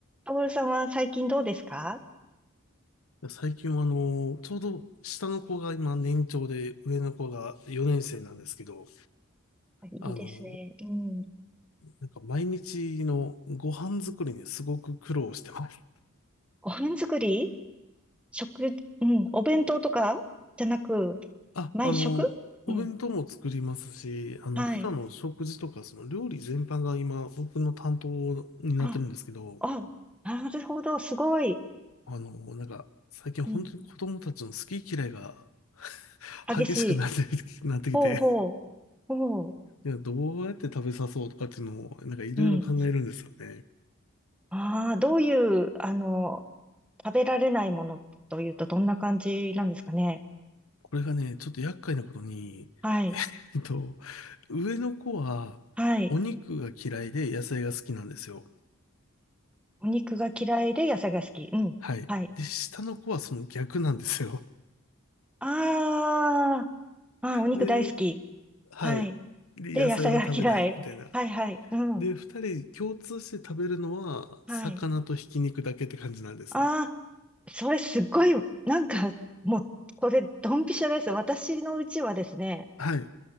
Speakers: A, in the centre; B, on the left.
A: トールさんは最近どうですか
B: いや最近はあの、ちょうど下の子が今年長で上の子が4年生なんですけど、
A: いいですね。
B: あの、
A: うん。
B: なんか毎日のご飯作りにすごく苦労してます。
A: ご飯作り食、うん。お弁当とかじゃなく、
B: あ、
A: 毎食うん。
B: あの、お弁当も作りますし、あの、
A: はい。
B: 普段の食事とかその料理全般が今僕の担当になってるんですけど、
A: あ、あ、なるほど。すごい。
B: あの、なんか最近本当に子供たちの好き嫌いが
A: うん。激しい。
B: 激しくなって、なってきて、
A: ほうほう。ほう。
B: いや、どうやって食べさそうとかっていうのをなんかいろいろ考えるんですよね。
A: うん。ああ、どういう、あの、食べられないものというとどんな感じなんですかね。
B: これがね、ちょっと厄介なことに、
A: はい。
B: えっと、上の子はお肉が嫌いで野菜が好きなんですよ。
A: はい。お肉が嫌いで野菜が好き。うん。
B: はい。
A: はい。
B: で、下の子はその逆なんですよ。
A: ああ、あーお肉大好き。
B: で、はい。
A: はい。
B: で、
A: で、
B: 野菜は食べないみたいな。
A: 野菜が嫌い。はいはい。うん。
B: で、二人共通して食べるのは魚とひき肉だけって感じなんですね。
A: はい。ああ、それすっごい、なんか、もう、これ、ドンピシャです。私のうちはですね、
B: はい。